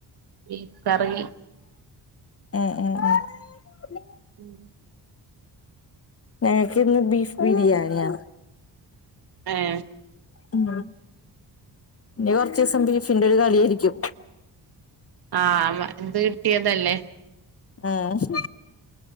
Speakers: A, on the right; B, on the left.
A: ബീഫ് കറി
B: എഹ് എഹ് ഏഹ്
A: ഉം
B: ഞങ്ങക്ക് ഇന്ന് ബീഫ് ബിരിയാണിയാ ഉ
A: ഏ
B: <inaudible> ഉം ഇനി കുറച്ച് ദിവസം ബീഫിന്റെ ഒരു കളിയായിരിക്കും
A: ആഹ് എന്ത് കിട്ടിയതല്ലേ
B: ആഹ്